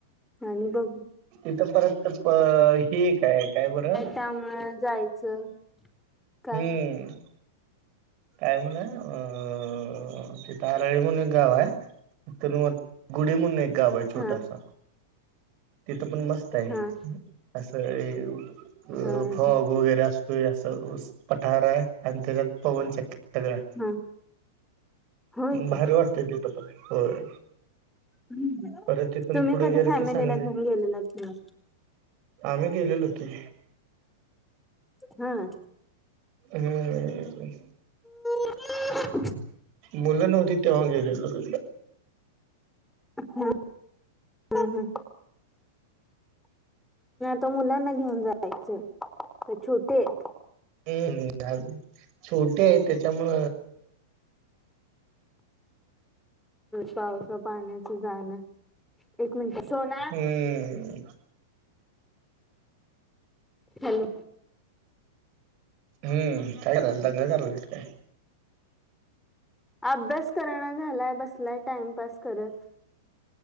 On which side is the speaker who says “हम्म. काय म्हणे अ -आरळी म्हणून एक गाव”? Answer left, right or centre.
Right